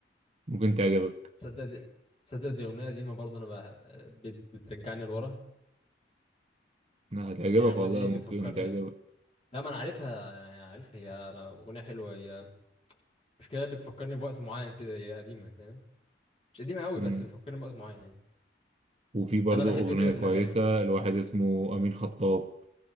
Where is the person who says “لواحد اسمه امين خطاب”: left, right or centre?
Right